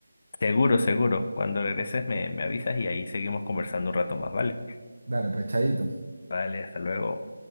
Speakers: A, on the left; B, on the right.
A: Seguro, seguro. Cuando regreses me, me avisas y ahí seguimos conversando un rato más, ¿vale?
B: Dale, pues, chaito.
A: Vale, hasta luego.